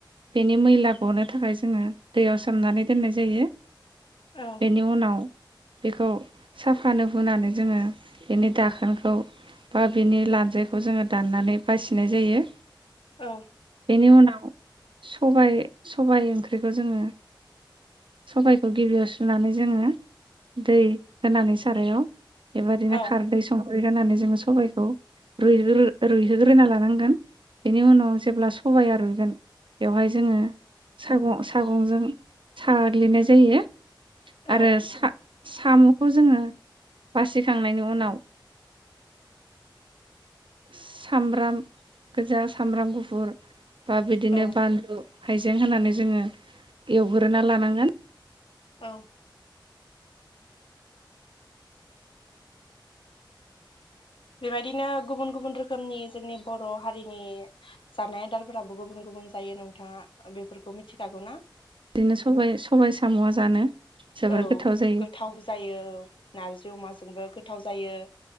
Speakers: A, on the right (about 80°); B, on the left (about 85°).
A: बेनि मैला गनो थाखाय जोङो दैयाव सोमनानै दोननाय जायो।
B: औ
A: बेनि उनाव बेखौ साफानो हुनानै जोङो बेनि दाखोनखौ बा बिनि लान्जायखौ जोङो दाननानै बासिनाय जायो।
B: औ।
A: बेनि उनाव सबाइ सबाइ ओंख्रिखौ जोङो सबाइ गिबियाव सुनानै जोङो दै होनानै सारायाव बेबायदिनो
B: अ
A: खारदै सं रुइहोनानै जोंङो सबायखौ रुगोरो रुइहोग्रोना लानांगोन बेनि उनाव जेब्ला सबाया रुइगोन बेवहाय जोंङो साग' सागंजों साग्लिनाय जायो।
B: औ
A: आरो सा साम'खौ जोंङो बासिखांनायनि उनाव सामब्राम गोजा, सामब्राम गुफुर बा बिदिनो
B: औ
A: बानलु हाइजें होनानै जोंङो एवग्रोना लानांगोन
B: औ बेबायदिनो गुबुन गुबुन रोखोमनि जोंनि बर' हारिनि जानाय आदारफोराबो गुबुन गुबुन जायो नोंथांङा बेफोरखौ मिथिखागौ ना
A: बिदिनो सबाय सबाय साम'आ जानो जोबोर
B: औ
A: गोथाव जायो
B: गोथाव जायो औ नारजि अमाजोंबो गोथाव जायो।